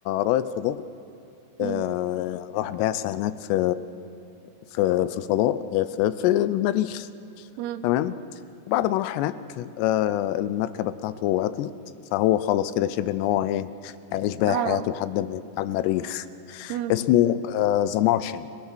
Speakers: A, on the left; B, on the right.
A: رائد فضاء
B: امم
A: آه، راح بعثة هناك في في في الفضاء آه، في في المريخ
B: امم
A: تمام وبعد ما راح هناك آه، المركبة بتاعته عطلت فهو خلاص كده شبه ان هو ايه هيعيش بقى
B: اه
A: حياته لحد ما يموت على المريخ
B: امم
A: اسمه ذا مارشن